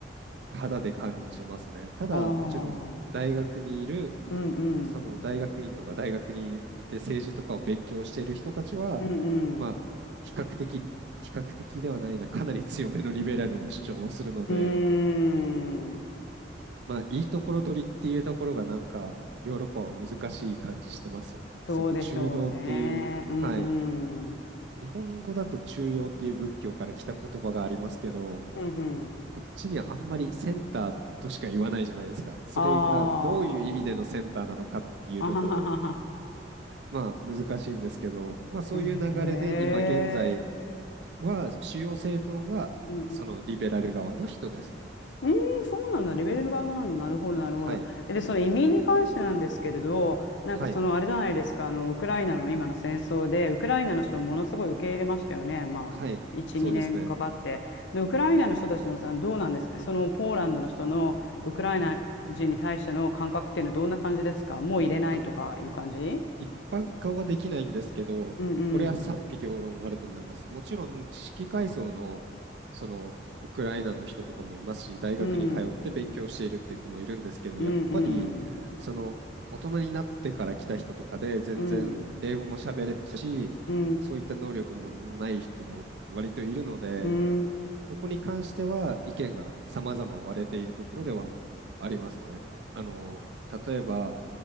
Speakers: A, on the right; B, on the left.
A: 肌で感じますね。ただ、
B: ああ。
A: もちろん大学にいる
B: うんうん。
A: その大学院とか大学にいて政治とかを勉強している人たちは、
B: うん
A: まあ、
B: うん
A: 比較的、比較的ではないな、かなり強めのリベラルの主張をするので、
B: うんうんうんうんうんうんうああーうんうんうんうんうーん。
A: まあ、いいところ取りっていうところが、なんか、ヨーロッパは難しい感じしてますよね。
B: そうでしょうね。
A: その中道っていう、
B: うん
A: はい。
B: うん。
A: 日本語だと中庸っていう仏教から来た言葉がありますけど、
B: うん
A: こっちにはあんまりセンターとしか言わないじゃないですか。それがどういう意味でのセンターなのかっていうところを
B: ああ、<laughs> あはははは。
A: まあ難しいんですけど、まあそういう流れで今現在
B: へえ、
A: は主要政党はそのリベラル側の人ですね。
B: うんうんうん。うーん、そうなんだ。レベルがなんだ。なるほど、なるほど。
A: はい。
B: えで、その移民に関してなんですけれど、なんかそのあれじゃないですか、
A: はい。
B: あの、ウクライナの今の戦争で、ウクライナの人をものすごい受け入れましたよね。まあ、
A: はい。
B: 1、
A: そうですね。
B: 2年かかって。で、ウクライナの人たちの、あのどうなんですか、そのポーランドの人のウクライナ人に対しての感覚っていうのはどんな感じですかもう入れないとかいう感じ
A: あ一般化はできないんですけど、
B: うんうん。
A: これは賛否両論あると思います。もちろん知識階層の、そのウクライナの人とかもいますし、大学に通って勉強しているっていう子もいるんですけど、
B: うん。うんうん。
A: やっぱりその大人になってから来た人とかで全然英語も喋れないし、
B: うん、うん、
A: そういった能力もない人も割といるので、
B: うん、
A: そこに関しては意見が様々割れているところではありますね。あの、例えば